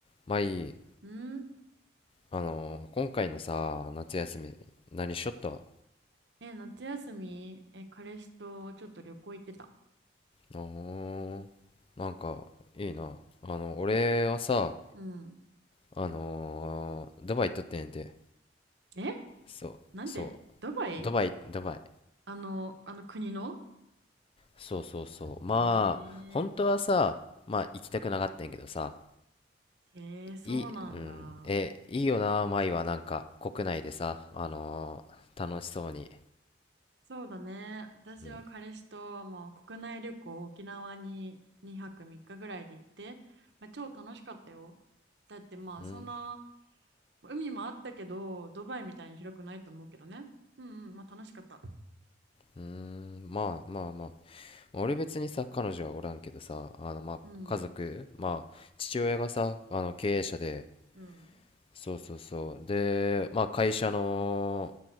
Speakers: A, on the left (about 30°); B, on the right (about 65°).
A: まあいい。
B: うん
A: あのー今回のさ、夏休み、何しよったあ
B: え、夏休み、え、彼氏とちょっと旅行行ってた。
A: ーなんか、いいな。あの、俺はさ、
B: うん。
A: あのードバイ行っとってんやて。
B: え
A: そう、
B: なんでドバイ
A: そう。ドバイ、ドバイ。
B: あの、あの国の
A: そうそうそう。まあ、
B: えー、
A: 本当はさ、まあ行きたくなかったんやけどさ、
B: えー、そうなんだ。
A: いい、うん、え、いいよな、舞はなんか、国内でさ、あのー楽しそうに。
B: そうだね。私は彼氏ともう国内旅行、
A: うん、
B: 沖縄に2泊3日ぐらいで行って、まあ、超楽しかったよ。だってまあそんな、
A: うん、
B: 海もあったけど、ドバイみたいに広くないと思うけどね。うんうん、まあ楽しかった。
A: うーん、まあまあまあ。俺別にさ彼女はおらんけどさあのまあ家族まあ父親がさあの経営者で
B: うん、うん。
A: そうそうそうでまあ会社の、